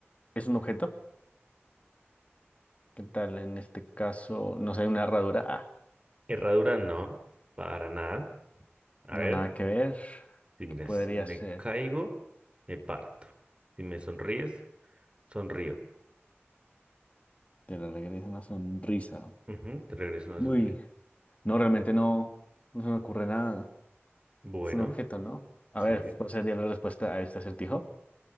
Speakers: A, on the left (about 30°); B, on the right (about 25°).
A: es un objeto. ¿Qué tal? En este caso, no sé, una herradura. Ah,
B: Herradura no, para nada. A
A: no,
B: ver,
A: nada que ver.
B: si mira,
A: ¿Qué podría
B: si me
A: ser?
B: caigo, me parto. Si me sonríes, sonrío.
A: Te la regresa una sonrisa.
B: Ujú, te regreso una
A: Uy,
B: sonrisa.
A: no, realmente no, no se me ocurre nada.
B: Bueno,
A: Es un objeto, ¿no? A
B: sí.
A: ver, ¿cuál sería la respuesta a este acertijo?